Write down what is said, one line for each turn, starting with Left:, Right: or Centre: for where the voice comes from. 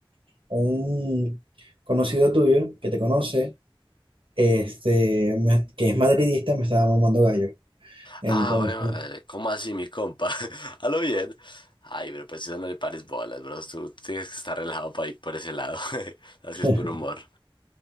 Right: un conocido tuyo que te conoce, este, me- que es madridista, me estaba mamando gallo. Entonces,
Left: Ah, güey, madre, ¿cómo así, mi compa? <laughs> A lo bien. Ay, pero pues eso no le pares bolas, bro, tú tienes que estar relajado para ir por ese lado, <laughs> así
Right: <laughs>
Left: es por humor.